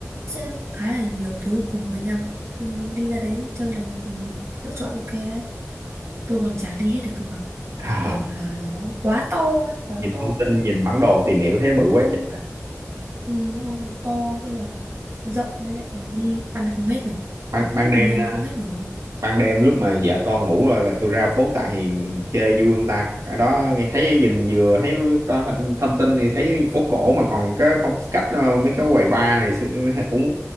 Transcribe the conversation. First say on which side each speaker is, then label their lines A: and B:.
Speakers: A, on the right (about 55°); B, on the right (about 75°).
A: sẽ khá là nhiều thứ cùng với nhau Ừ, đi ra đấy chơi là một ừ, lựa chọn ok đấy tôi còn chả đi hết được cơ mà
B: À.
A: kiểu là nó quá to ấy, quá
B: nhìn
A: to
B: thông
A: với
B: tin nhìn bản đồ tìm hiểu thấy bự quá
A: đông
B: trời
A: ừ, đúng rồi, nó to với là rộng với lại là đi ăn không hết nổi
B: ban
A: cũng
B: ban
A: là
B: đêm
A: đi ăn không hết nổi luôn
B: ban đêm lúc mà vợ con ngủ rồi tôi ra phố Tạ Hiền chơi vui không ta ở đó nghe thấy nhìn vừa thấy có hình- thông tin thì thấy phố cổ mà còn cái phong cách ờ, mấy cái quầy bar này sự- cũng